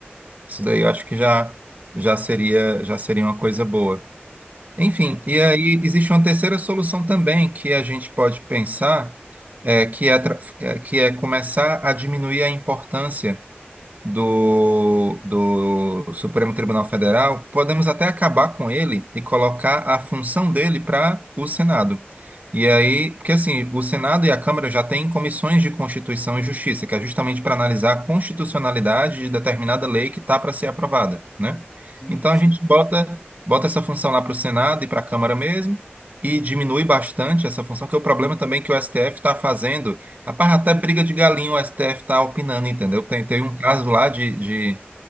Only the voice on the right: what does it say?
Isso daí eu acho que já já seria já seria uma coisa boa. Enfim,
e aí existe uma terceira solução também que a gente pode pensar, é, que é, tra- é, que é começar a diminuir a importância do, do Supremo Tribunal Federal, podemos até acabar com ele e colocar a função dele para o Senado. E aí, porque assim, o Senado e a Câmara já têm comissões de Constituição e Justiça, que é justamente para analisar a constitucionalidade de determinada lei que está para ser aprovada, né?
Então
a gente bota, bota essa função lá para o Senado e para a Câmara mesmo. E diminui bastante essa função, porque o problema também é que o STF está fazendo Rapaz, até briga de galinha o STF tá opinando, entendeu? Tem, teve um caso lá de, de,